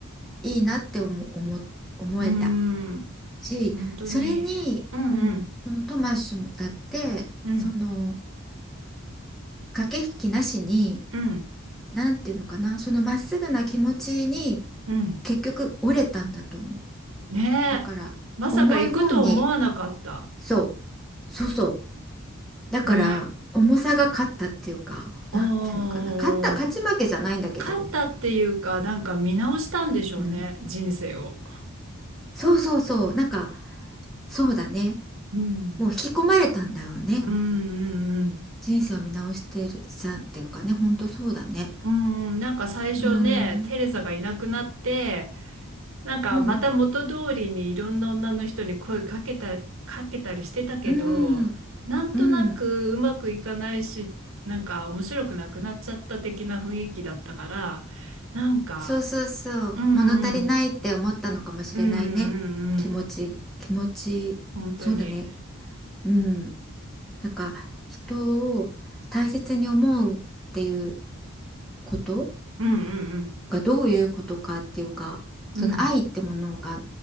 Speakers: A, in the centre; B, on the right.
A: いいなって思、思、思えた
B: うん。うーん。
A: し、
B: 本当に。
A: それに、
B: うんうん
A: うん、そのトマッシュもだって、
B: うん。
A: その駆け引きなしに、
B: うん
A: なんていうのかな、そのまっすぐな気持ちに
B: うん。
A: 結局折れたんだと思う。
B: ねえ。
A: だから重い方に、
B: まさか行くと思わなかった。
A: そう、そうそう。だから重さが勝ったっていうか、
B: ねえ。おー。
A: なんていうのかな、勝った勝ち負けじゃないんだけど、
B: 勝ったっていうか、なんか見直したんでしょうね、
A: うん、
B: 人生を。
A: そうそうそう、なんかそうだね、
B: うん。
A: もう引き込まれたんだよね。
B: うんうん
A: 人生を見直してるさんっていうかね、ほんとそうだね。
B: うん。うん、なんか最初ね、
A: うーん。
B: テレザがいなくなって、なんかまた元通りにいろんな女の人に声かけた、
A: うん、
B: かけたりしてたけど、
A: うん、
B: なんとなくうまくいかないし、
A: うん。
B: なんか面白くなくなっちゃった的な雰囲気だったから、なんか、
A: そうそうそう。
B: うんうん、
A: 物足りないって思ったのかもしれないね。
B: うんうんうん、
A: 気持ち、気持ち、
B: 本当に、
A: そうだね。うん。なんか、人を大切に思うっていうこと
B: うんうん
A: がどういうことかっていうか、
B: うん、
A: その愛ってものが、
B: うん、